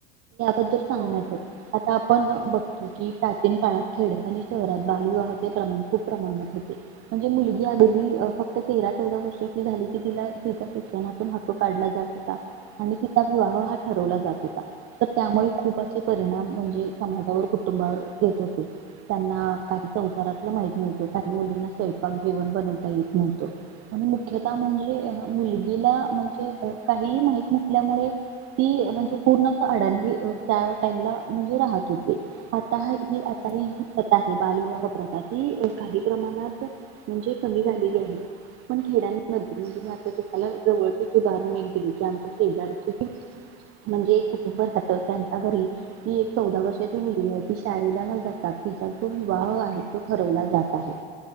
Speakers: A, on the right; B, on the right.
A: ते <inaudible> सांगण्यात
B: हो मॅम
A: येते आता आपण आपण बघतो की प्राचीन काळात खेड्यात आणि शहरात बालविवाह चे प्रमाण खूप प्रमाणात होते. म्हणजे मुलगी अगदी फक्त तेरा चौदा, वर्षाची झाली की तिला तिचा शिक्षणातून हक्क काढला जात होता. आणि तिचा विवाह हा ठरवला जात होता त त्यामुळे खूप असे परिणाम म्हणजे समाजावर, कुटुंबावर येत होते त्यांना काही सं घरातलं माहित नव्हतं काही मुलींना स्वयंपाक जेवण बनवता येत नव्हतं आणि मुख्यत म्हणजे अ मुलगीला म्हणजे काहीही माहित नसल्यामुळे ती अ म्हणजे पूर्ण असं अडाणी अ त्या टाईमला म्हणजे राहत होते, आता ही
B: हो
A: जी प्रथा आहे बालविवाह प्रजाती काही प्रमाणात म्हणजे कमी झालेली आहेत. पण खेड्यामध्ये जुन्या आता तुम्हाला जर ओळखीचं <unintelligible> जे आमचे शेजारची कनी <inaudible> म्हणजे कुटुंब राहते. तर त्यांच्या घरी ती एक चौदा वर्षाची मुलगी आहे ती शाळेला न जाता तिचा जो विवाह आहे. तो ठरवला जात आहे.